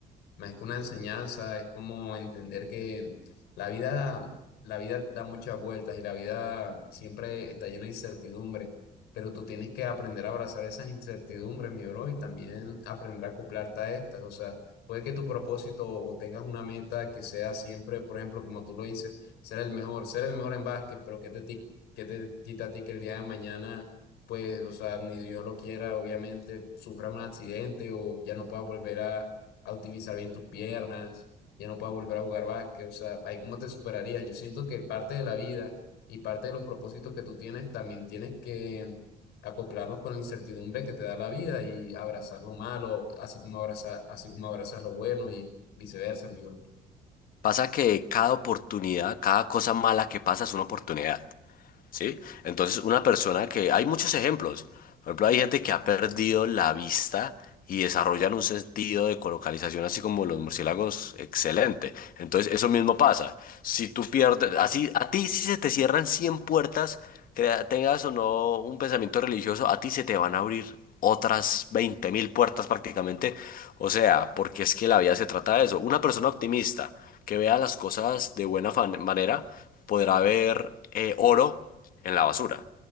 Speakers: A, on the left (about 80°); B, on the left (about 55°).
A: más que una enseñanza, es como entender que la vida, la vida da muchas vueltas y la vida siempre está llena de incertidumbre, pero tú tienes que aprender a abrazar esas incertidumbres, mi bro, y también aprender a acoplarte a estas. O sea, puede que tu propósito o tengas una meta que sea siempre, por ejemplo, como tú lo dices, ser el mejor, ser el mejor en básquet, pero que te, ti- qué te quita a ti que el día de mañana pues, o sea, ni Dios lo quiera, obviamente, sufra un accidente o ya no pueda volver a, a utilizar bien tus piernas, ya no puedes volver a jugar básquet, o sea, ahí cómo te superarías. Yo siento que parte de la vida y parte de los propósitos que tú tienes también tienes que acoplarlos con la incertidumbre que te da la vida y abrazar lo malo, así como abrazar, así como abrazas lo bueno y viceversa, amigo.
B: Pasa que cada oportunidad, cada cosa mala que pasa es una oportunidad. ¿sí? Entonces, una persona que... Hay muchos ejemplos. Por ejemplo, hay gente que ha perdido la vista y desarrollan un sentido de colocalización, así como los murciélagos, excelente. Entonces, eso mismo pasa. Si tú pierdes... Así, a ti si se te cierran 100 puertas, crea- tengas o no un pensamiento religioso, a ti se te van a abrir otras veinte mil puertas prácticamente. O sea, porque es que la vida se trata de eso. Una persona optimista que vea las cosas de buena fan- manera podrá ver eh, oro en la basura.